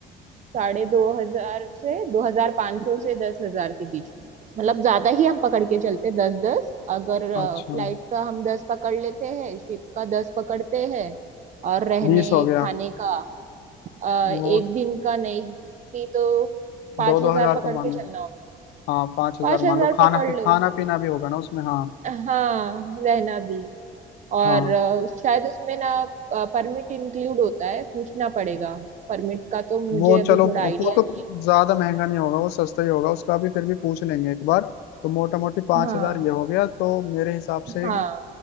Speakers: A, on the right; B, on the left.
A: साढ़े दो हजार से दो हजार पाँच सौ से दस हजार के बीच में मतलब ज्यादा ही हम पकड़ के चलते दस दस अगर
B: अच्छा
A: फ्लाइट का हम दस पकड़ लेते हैं शिप का दस पकड़ते हैं और रहने
B: बीस हो गया
A: खाने का आ,
B: वो
A: एक दिन का नहीं भी तो पांच
B: दो दो
A: हजार
B: हजार
A: पकड़
B: तो मान
A: के चलना
B: लो
A: होगा
B: हाँ पाँच हजार
A: पांच हजार
B: मान लो खाना
A: पकड़
B: पी
A: लो
B: खाना पीना भी होगा ना उसमें हाँ
A: हाँ रहना भी और
B: हाँ
A: अ, शायद उसमें ना परमिट इंक्लूड होता है पूछना पड़ेगा परमिट का तो मुझे
B: वो
A: अभी
B: चलो
A: थोड़ा
B: वो
A: आइडिया
B: तो
A: नहीं
B: ज्यादा महंगा नहीं होगा वो सस्ता ही होगा उसका भी फिर भी पूछ लेंगे एक बार तो मोटा मोटी पांच
A: है हाँ
B: हजार ये हो गया तो मेरे हिसाब से
A: हाँ